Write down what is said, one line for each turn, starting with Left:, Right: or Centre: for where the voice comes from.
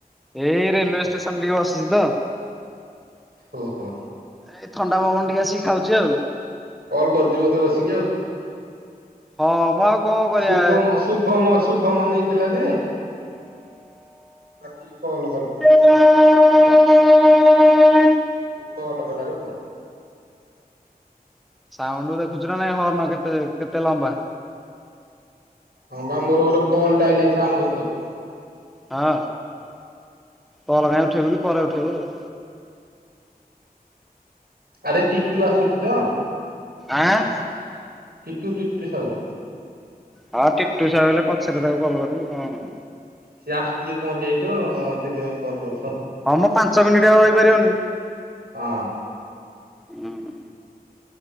Centre: ଏଇ ରେଲୱେ ଷ୍ଟେସନ ଟିକେ ବସିଛି ତ
Right: ଓହୋ
Centre: ଏଇ ଥଣ୍ଡା ପବନ ଟିକେ ଆସିକି ଖାଉଛି ଆଉ।
Right: କଲ କରୁଛୁ ବୋଧେ ବସିକି ଆଉ।
Centre: ହଁ ମୁଁ ଆଉ କଣ କରିବା
Right: ଶୁଭମ ଶୁଭ ଶୁଭମ-ଶୁଭମ ନେଇଥିଲା ଯେ। କିଏ କଲ କଲା।
Centre: <inaudible>
Right: କିଏ କଲ କଲାରେ ପୁଅ।
Centre: ସାଉଣ୍ଡ ଦେଖୁଛୁ ନା ନାଇଁ ହର୍ଣ କେତେ କେତେ ଲମ୍ବା।
Right: ହଁ ବା ମୋର ଗୋଟେ କଲ୍ଟା ଆଇଲାଇଁ ସାଉଣ୍ଡ ହଉଥବ।
Centre: ହଁ କଲ କାଇଁ ଉଠେଇବୁ କି ପରେ ଉଠେଇବୁ ଆଉ।
Right: ଆରେ ଟିଟୁ ଆସୁଛି ତ?
Centre: ଆଁ?
Right: ଟିଟୁ ଟିଟୁ ସାହୁ।
Centre: ହଉ ଟିଟୁ ସାହୁ ହେଲେ ପଛରେ ତାକୁ କଲ୍ କରିବି କଣ
Right: ସିଏ ଆସୁଛି ପହଞ୍ଚି ଯାଇଥିବ ସେଇଥିପାଇଁ କଲ୍ କରୁଥିବ।
Centre: ହଁ ମ ପାଞ୍ଚ ମିନିଟ୍ ଆଉ ରହିପାରିବନି।
Right: ହଁ।
Centre: ହୁଁ।